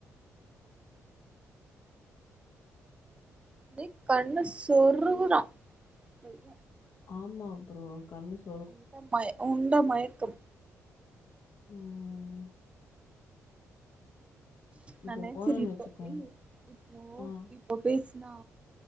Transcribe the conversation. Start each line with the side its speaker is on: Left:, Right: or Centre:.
Right: அப்டி கண்ண சொறுகுதா பைய
Left: ஆமா ப்ரோ கண்ணு சு
Right: உண்ட மய உண்ட மயக்கம்
Left: ம் இப்போ
Right: நா நெனச்சது
Left: போனேன்னு
Right: இப்போ
Left: வச்சுக்கோயே
Right: ஏ இப்போ
Left: ஆ
Right: இப்போ பேசுனா